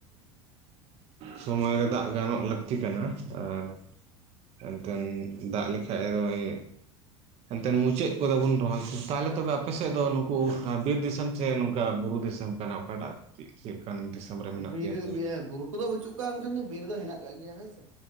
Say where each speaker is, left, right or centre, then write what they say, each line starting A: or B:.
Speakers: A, on the right; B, on the right.
A: ᱥᱚᱢᱚᱭ ᱨᱮ ᱫᱟᱜ ᱜᱟᱱᱚᱜ ᱞᱟᱹᱠᱛᱤ ᱠᱟᱱᱟ ᱟᱨ ᱮᱱᱛᱮᱱ ᱫᱟᱜ ᱞᱮᱠᱷᱟᱡ ᱫᱚᱭ ᱮᱱᱛᱮᱱ ᱢᱩᱪᱟᱹᱫ ᱠᱚᱫᱚ ᱵᱚᱱ ᱨᱚᱦᱚᱭ ᱠᱚ, ᱛᱟᱦᱚᱞᱮ ᱛᱚᱵᱮ ᱟᱯᱮᱥᱮᱫ ᱫᱚ ᱱᱩᱠᱩ ᱵᱤᱨ ᱫᱤᱥᱚᱢ ᱥᱮ ᱱᱚᱝᱠᱟ ᱵᱩᱨᱩ ᱫᱤᱥᱚᱢ? ᱠᱟᱱᱟ ᱚᱠᱟᱴᱟᱜ ᱪᱮᱫ ᱠᱟᱱ ᱫᱤᱥᱚᱢ? ᱨᱮ ᱢᱮᱱᱟᱜ
B: ᱵᱤᱨ
A: ᱯᱮᱭᱟ ᱟᱯᱮ ᱫᱚ?
B: ᱮ ᱵᱩᱨᱩ ᱠᱚᱫᱚ ᱵᱟᱹᱪᱩᱜ ᱠᱚ ᱮᱠᱷᱟᱱ ᱫᱚ ᱵᱤᱨ ᱫᱚ ᱦᱮᱱᱟᱜ ᱠᱟᱜ ᱜᱮᱭᱟ ᱦᱳᱭᱥᱮ